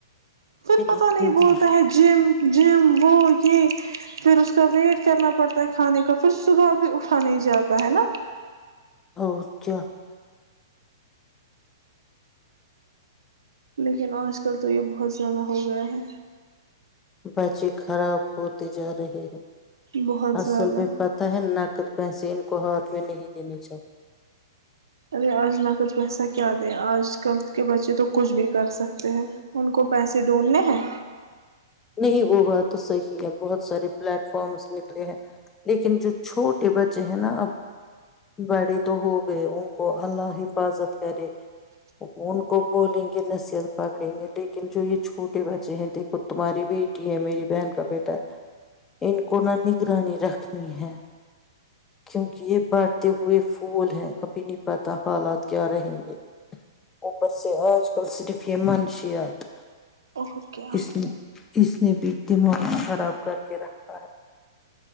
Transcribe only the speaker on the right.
پھر پت
نہیں بولتا
ہے جم جم وہ یہ پھر اس کا ویٹ کرنا پڑتا ہے کھانے کا پھر صبح بھی اٹھا نہیں جاتا ہے نا
لیکن آج کل تو یہ بہت زیادہ ہو گیا ہے
بہت
زیادہ
ارے آج لاقد ویسا کیا دیں آج کل کے بچے تو کچھ بھی کر سکتے ہیں ان کو پیسے ڈھونڈنے ہیں
توق ہے